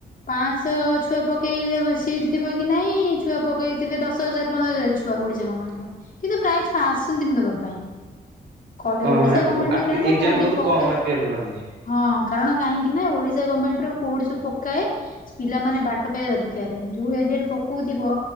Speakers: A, on the left; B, on the right.
A: ପାଁଶହ ଛୁଆ ପକେଇ ବେ ସିଟ୍ ଥିବ କି ନାଇଁ ଛୁଆ ପକେଇଥିବେ ଦଶ ହଜାର ପନ୍ଦର ହଜାର ଛୁ ଆ ଓଡିଶା ଗମେଣ୍ଟ ର କିନ୍ତୁ ପ୍ରାୟ ଛୁଆ ଆସନ୍ତିନି ଦବା ପାଇଁ। କୋଠି
B: ଓ
A: ଓଡିଶା
B: ମାନେ
A: ଗମେଣ୍ଟ ଗୁରା ନା
B: ଏକ୍ଜାମ୍
A: କୋଉଠି
B: ବହୁତ
A: ପ
B: କମ୍ ଆପିୟର କରନ୍ତି।
A: ହଁ କାରଣ କାହିଁକି ନା ଓଡିଶା ଗଭର୍ଣ୍ଣମେଣ୍ଟ ର କୋଉଠି ସବୁ ପକାଏ ପିଲାମାନେ ବାଟ ପାଇବା ଦରକାର ଯୋଉ ଏରିଆରେ ପକଉଥିବ